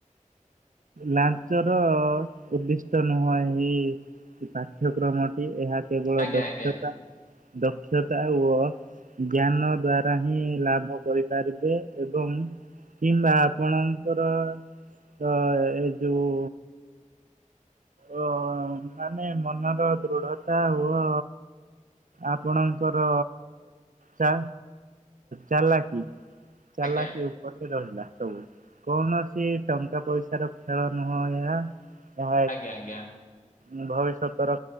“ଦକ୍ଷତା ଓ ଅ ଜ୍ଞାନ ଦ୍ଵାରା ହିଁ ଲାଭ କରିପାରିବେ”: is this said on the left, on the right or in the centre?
Right